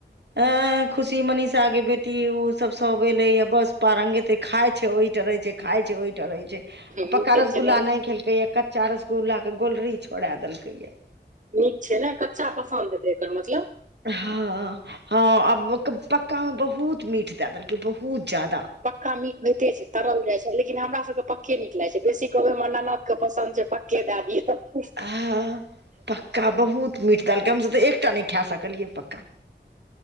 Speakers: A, on the right (about 70°); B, on the right (about 45°).
A: अ खुशी मनीषा केँ बेटी ओ सब सब एले य बस पारंग त खाइ छै ओहिठ रहे छै खाय छै ओहि रहे छै
B: नीचे
A: पका रसगुल्ला
B: छै ने
A: नै खेलकै या कच्चा रसगुल्ला कऽ गोलरी छोड़ा देलकै या
B: नीक छै ने कच्चा पसन्द ऐलै एकर मतलब
A: हँ <inaudible> हँ आ पक्का म बहुत मीठ दै देलकै बहुत जादा
B: पक्का मीट होइते छै तरल जाइ छै लेकिन हमरा सबके पक्के नीक लागैत छै बेसी कहबैमे ननद कऽ पसन्द छै प केँ दै दिय
A: ह <inaudible> पक्का बहुत मीट दै दलकै हमसभ तऽ एकटा नै खा सकलियै पक्का